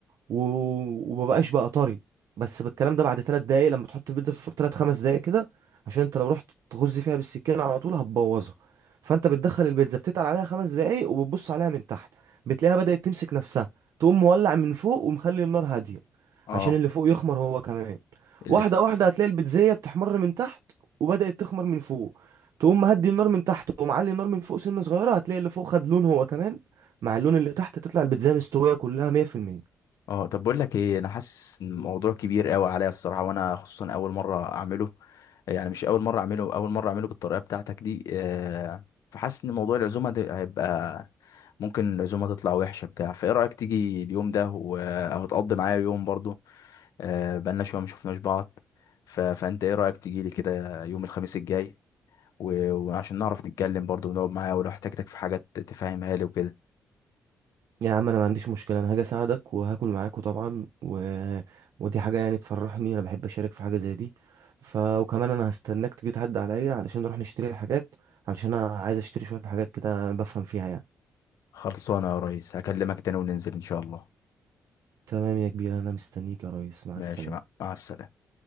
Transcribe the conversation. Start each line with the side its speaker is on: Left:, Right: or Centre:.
Right: و... ومبقاش بقى طري بس بالكلام ده بعد تلات دقايق لما تحط البيتزا في الفرن تلات خمس دقايق كده عشان انت لو رحت تغز فيها بالسكينة على طول هتبوظها فانت بتدخل البيتزا بتتقل عليها خمس دقايق وبتبص عليها من تحت بتلاقيها بدأت تمسك نفسها تقوم مولع من فوق ومخلي النار هادية
Left: اه
Right: عشان اللي فوق يخمر هو كمان
Left: اللي
Right: واحدة واحدة هتلاقي البيتزاية بتحمر من تحت وبدأت تخمر من فوق تقوم مهدي النار من تحت تقوم معلي النار من فوق سنة صغيرة هتلاقي اللي فوق خد لون هو كمان مع اللون اللي تحت تطلع البيتزاية مستوية كلها 100%
Left: اه طب بقول لك ايه انا حاسس ان الموضوع كبير قوي عليا الصراحه وانا خصوصا اول مره اعمله يعني مش اول مره اعمله اول مره اعمله بالطريقه بتاعتك دي آه، فحاسس ان موضوع العزومه ده هيبقى ممكن العزومه تطلع وحشه بتاع فايه رايك تيجي اليوم ده و- او تقضي معايا يوم برضو آه، بقالنا شويه ما شفناش بعض ف... فانت ايه رايك تيجي لي كده يوم الخميس الجاي و... وعشان نعرف نتكلم برضو ونقعد معايا ولو احتاجتك في حاجات تفهمها لي وكده
Right: يا عم انا ما عنديش مشكلة انا هاجي اساعدك وهاكل معاكوا طبعا و... ودي حاجة يعني تفرحني انا بحب اشارك في حاجة زي دي ف وكمان انا هستناك تيجي تعدي عليا علشان نروح نشتري الحاجات علشان انا عايز اشتري شوية حاجات كده أنا بفهم فيها يعني
Left: خلصانه يا ريس هكلمك تاني وننزل ان شاء الله
Right: تمام يا كبير انا مستنيك يا ريس مع
Left: ماشي
Right: السلامة
Left: مع, مع السلامه